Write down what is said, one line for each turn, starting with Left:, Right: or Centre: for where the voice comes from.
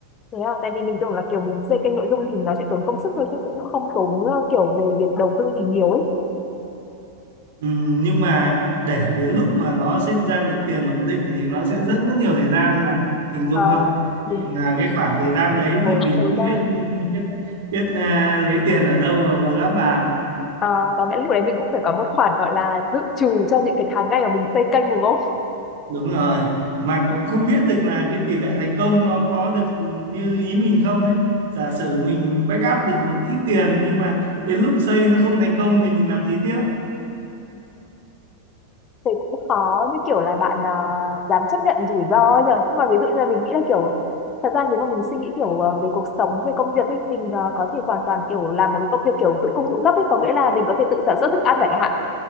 Left: thế à, tại vì mình tưởng là kiểu mình xây kênh nội dung thì nó sẽ tốn công sức thôi chứ cũng không tốn ờ, kiểu về việc đầu tư gì nhiều ấy
Right: Ừm, nhưng mà để đến lúc mà nó sinh ra được tiền ổn định thì nó sẽ rất mất nhiều thời gian bạn hình dung
Left: à,
Right: không
Left: đúng
Right: là cái khoảng thời gian đấy
Left: Ờ,
Right: thì mình
Left: thời
Right: không
Left: gian
Right: biết biết biết à, lấy tiền ở đâu và bù đắp vào
Left: à, có nghĩa là lúc đấy mình cũng phải có một khoản gọi là dự trù cho những cái tháng ngày mà mình xây kênh đúng không
Right: đúng rồi mà cũng không biết được là cái tỷ lệ thành công nó có được như ý mình không ấy giả sử mình back up được một ít tiền nhưng mà đến lúc xây nó không thành công thì mình làm gì tiếp
Left: thì cũng khó như kiểu là bạn à, dám chấp nhận rủi ro ấy nhở nhưng mà ví dụ như là mình nghĩ là kiểu thật ra nếu mà mình suy nghĩ kiểu à, về cuộc sống về công việc ấy mình à, có thể hoàn toàn kiểu làm một cái công việc kiểu tự cung tự cấp ấy có nghĩa là mình có thể tự sản xuất thức ăn chẳng hạn